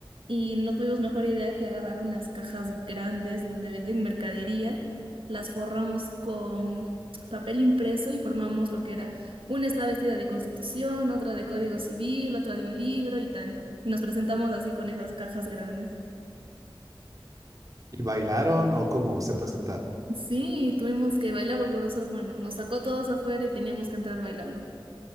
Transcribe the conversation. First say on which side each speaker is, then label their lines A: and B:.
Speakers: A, on the right (about 75°); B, on the right (about 40°).
A: y no tuvimos mejor idea que agarrar unas cajas grandes donde venden mercadería, las forramos con papel impreso y formamos lo que era una está vestida de Constitución, otra de Código Civil, otra de un libro y tal. Y nos presentamos así con esas cajas grandes.
B: ¿Y bailaron o cómo se presentaron?
A: Sí, tuvimos que bailar porque Grosor, hermano nos sacó todos afuera y teníamos que entrar bailando.